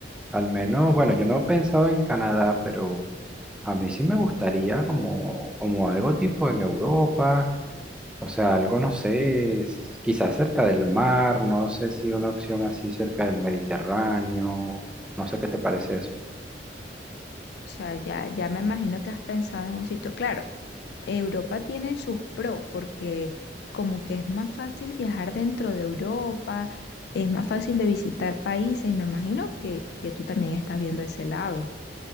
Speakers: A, in the centre; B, on the left.
A: Al menos, bueno, yo no he pensado en Canadá, pero a mí sí me gustaría como, como algo tipo en Europa, o sea, algo, no sé, s- quizás cerca del mar, no sé si una opción así cerca del Mediterráneo, no sé qué te parece eso.
B: O sea, ya, ya me imagino que has pensado en un sitio. Claro, Europa tiene sus pros porque como que es más fácil viajar dentro de Europa, es más fácil de visitar países y me imagino que, que tú también estás viendo ese lado.